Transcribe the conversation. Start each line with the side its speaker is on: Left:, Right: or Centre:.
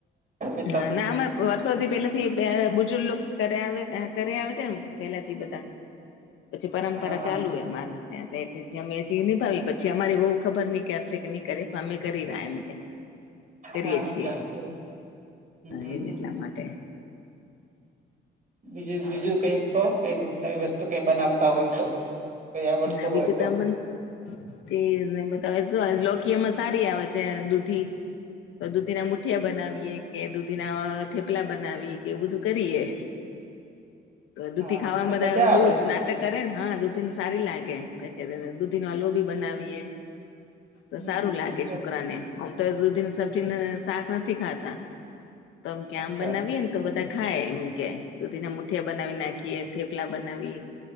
Right: અમે તો
Left: હા નામા વર્ષોથી પેલે થી બુજુર્ગ કર આવે છેમ પેલાથી બધા પછી પરંપરા
Right: હા હા
Left: ચાલુ હોય અમારે ત્યાં નિભાવી પછી અમારી બહુ ખબર ન કે અરસે કે ન કરે અમે કરી રહ્યા એમ કે, કરીય
Right: હા અચ્છા
Left: છીએ
Right: એવું હમ
Left: એ
Right: હમ
Left: એટલા માટે,
Right: બીજું બીજું કઈ ક કઈ નવી વસ્તુ કઈ બનાવતા હોય તો? કઈ આવડતું
Left: ના બીજું
Right: હોય તો
Left: તમને ને બ શ લોકી અમાં સારી આવે છે દૂધ દૂધી ના મુઠિયા બનાવીએ કે દૂધીના થેપ થપલા બનાવી કે એવું બધું કરીએ તો દૂધી
Right: હા
Left: ખાવાવામાં
Right: એ
Left: બધા
Right: મજા આવે
Left: બહ જ ના કરે ને હા દૂધીને સારી લાગે દૂધી
Right: હમ
Left: નો અલવો બી બનાવીયએ. તો
Right: હમ
Left: સારું લાગે
Right: બરોબર
Left: છોકરા ને, આમ તો દૂધી ને સબ્જીને શાક નથી ખાતા તોમ કે્યા
Right: અચ્છા
Left: આમ બનાવીએ ને તો બધા ખાય એમ કે દૂધી ના મુઠિયા બનાવી નાખીએ થેપલા બનાવી,